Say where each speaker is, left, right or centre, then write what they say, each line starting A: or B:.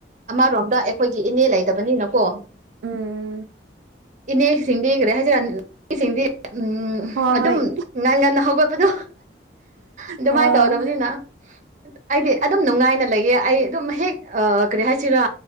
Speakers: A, on the right; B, on the right.
A: ꯑꯃꯔꯣꯝꯗ ꯑꯦꯈꯣꯏꯒꯤ ꯏꯅꯦ ꯂꯩꯇꯕꯅꯤꯅꯀꯣ
B: ꯎꯝ
A: ꯏꯅꯦꯁꯤꯡꯗꯤ ꯀꯔꯤ ꯍꯥꯏꯖꯤꯔ <unintelligible> ꯁꯤꯡꯗꯤ ꯎꯝ
B: ꯍꯣꯏ
A: ꯑꯗꯨꯝ
B: ꯍꯣꯏ
A: ꯉꯟ ꯉꯟꯅ ꯍꯧꯒꯠꯄꯗꯣ ꯑꯗꯨꯃꯥꯏꯅ
B: ꯍꯣꯏ
A: ꯇꯧꯗꯕꯅꯤꯅ ꯑꯩꯗꯤ ꯑꯗꯨꯝ ꯅꯨꯡꯉꯥꯏꯅ ꯂꯩꯌꯦ ꯑꯩ ꯑꯗꯨꯝ ꯍꯦꯛ ꯀꯔꯤ ꯍꯥꯏꯁꯤꯔꯥ